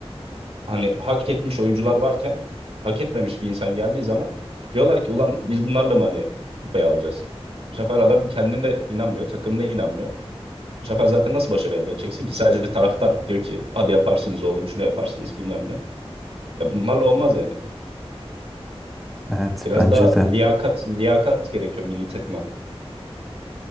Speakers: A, on the right; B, in the centre.
A: hani hak etmiş oyuncular varken hak etmemiş bir insan geldiği zaman diyorlar ki ulan biz bunlarla mı hani kupayı alacağız? Bu sefer adam kendine inanmıyor, takımına inanmıyor. Bu sefer zaten nasıl başarı elde edeceksin ki? Sadece taraftar diyor ki hadi yaparsınız oğlum şunu yaparsınız bilmem ne. Ya bunlarla olmaz yani.
B: Evet
A: Biraz
B: bence
A: daha
B: de.
A: liyakat, liyakat gerekiyor milli takıma.